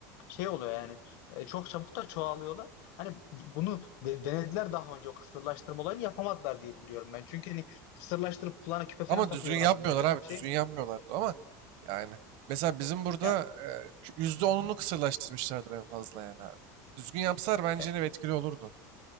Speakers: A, on the left; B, on the right.
A: şey oluyor yani e, çok çabuk da çoğalıyorlar. Hani bunu de- denediler daha önce o kısırlaştırma olayını yapamadılar diye biliyorum ben. Çünkü hani kısırlaştırıp kulağına küpe falan
B: Ama
A: takıyorlardı
B: düzgün yapmıyorlar
A: böyle
B: abi.
A: bir şey.
B: Düzgün yapmıyorlardı ama yani mesela bizim burada
A: Ya,
B: e, yüzde
A: Hı
B: onunu
A: hı.
B: kısırlaştırmışlardır en fazla yani abi. Düzgün yapsalar bence
A: E,
B: yine etkili olurdu.